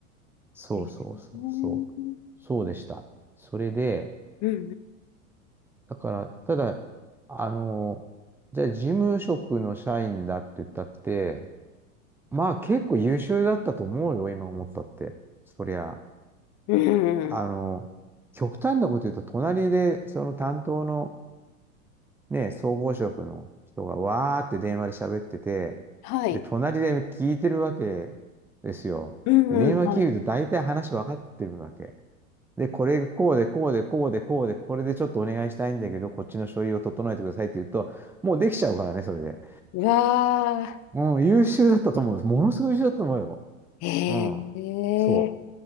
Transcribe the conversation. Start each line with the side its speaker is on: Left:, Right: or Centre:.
Centre: そうそうそうそう。
Left: えーうんう
Centre: そうでした。それで、
Left: ん、
Centre: だから、ただ、あの、じゃあ事務職の社員だって言ったって、まあ結構優秀だったと思うよ、今思ったって。そりゃ、
Left: うん、
Centre: あの、
Left: うん、
Centre: 極端なこと言うと、隣でその担当のね、総合職の人がわーって電話で喋ってて、
Left: はい、
Centre: で、隣で聞いてるわけですよ。
Left: うん、
Centre: で電話切ると大体話分かってるわけ。
Left: うん、はい。
Centre: で、これこうでこうでこうでこうで、これでちょっとお願いしたいんだけど、こっちの書類を整えてくださいって言うと、もうできちゃうからね、それで。
Left: うわあ、
Centre: うん、優秀だったと思う。ものすごい優秀だったと思うよ。
Left: ええー、
Centre: うん。そ